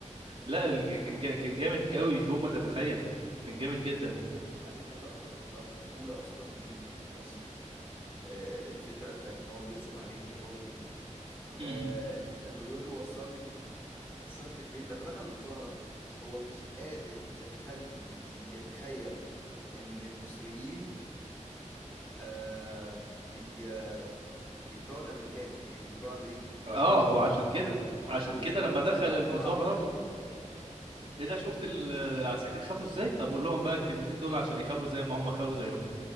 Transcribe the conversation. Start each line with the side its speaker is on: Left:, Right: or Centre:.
Left: الفيلم
Right: لا الج-
Left: من
Right: كان
Left: أول
Right: جا...
Left: لقطة
Right: كان
Left: لآخر
Right: جامد
Left: لقطة
Right: قوي فوق ما تتخيل كان جامد جدا
Left: بعدين اللقطة اللقطات الأولى أصلا ليه في مصر آه، الفكرة بتاعت ان هو بينصب عليه راضي آه،
Right: م-م.
Left: لما بيقول له وصلني <laughs> وصلني البيت لما دخل المظاهرة هو مش قادر يدخلني ي- يتخيل ان المصريين آه، بي آه، بيكرهوا الامريكان يعني بيكرهوا امريكا
Right: اه هو عشان كده
Left: هو عمال
Right: عشان
Left: يقول
Right: كده
Left: لهم
Right: لما دخل
Left: عبروا
Right: المظاهرة
Left: عن رأيكم
Right: ايه ده شفت ال- العساكر خافوا ازاي طب
Left: <laughs>
Right: قول لهم بقى الكلمتين دول عشان يخافوا زي ما هم خافوا زيهم